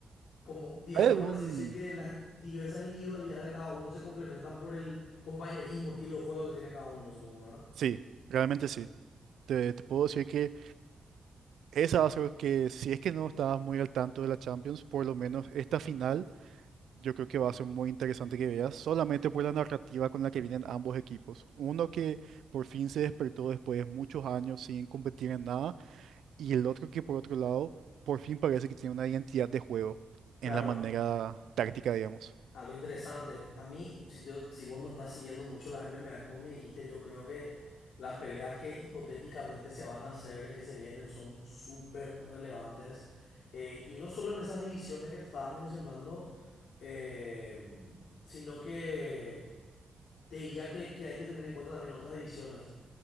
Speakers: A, on the left; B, on the right.
A: como, digamos
B: hay algún...?
A: por así decir, que las diversas individualidades de cada uno se complementan por el compañerismo, estilo de juego que tiene cada uno, me supongo, ¿verdad?
B: Sí, realmente sí. Te, te puedo decir que esa va a ser que si es que no estabas muy al tanto de la Champions, por lo menos esta final Yo creo que va a ser muy interesante que veas, solamente por la narrativa con la que vienen ambos equipos. Uno que por fin se despertó después de muchos años sin competir en nada, y el otro que por otro lado, por fin parece que tiene una identidad de juego
A: Claro,
B: en la manera táctica, digamos.
A: Algo interesante. A mí, si yo, si vos no estás siguiendo mucho las MMA, como me dijiste, yo creo que las peleas que hipotéticamente se van a hacer, que se vienen, son súper relevantes. Eh, y no solo en esas divisiones que te estaba mencionando, eh, sino que te diría que, que hay que tener en cuenta también otras divisiones.